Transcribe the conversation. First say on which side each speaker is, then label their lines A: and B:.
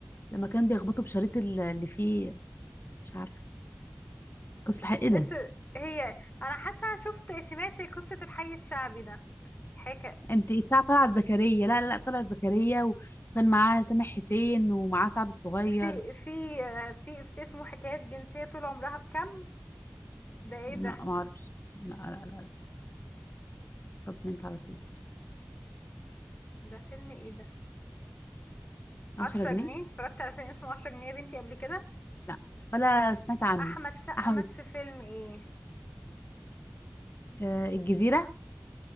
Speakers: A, on the left (about 55°); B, on the left (about 40°).
A: لما كانوا بيخبطوا بشريط ال- اللي فيه مش عارفه قصة الحق ايه
B: بس
A: ده
B: هي انا حاسه انا شفت سمعت قصه الحي الشعبي ده حكا
A: انت بتاع طلعت زكريا لا لا لا طلعت زكريا وكان معاه سامح حسين ومعاه سعد الصغير
B: في في في في اسمه حكايات جنسيه طول عمرها بكم ده ايه
A: لا
B: ده
A: ما اعرفش لا لا لا صدمت على طول
B: ده فيلم ايه ده عشرة
A: 10 جنيه
B: جنيه اتفرجت على فيلم اسمه عشرة جنيه يا بنتي قبل كده
A: لا ولا سمعت عنه
B: احمد سقا
A: احمد
B: مات في فيلم ايه
A: آه الجزيرة